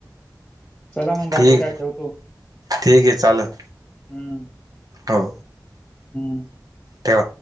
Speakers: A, in the centre; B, on the right.
A: चला मंग बाकी
B: ठीक
A: काय, ठेवतो
B: ठीक आहे चालेल
A: हूं.
B: हो!
A: हूं!
B: ठेवा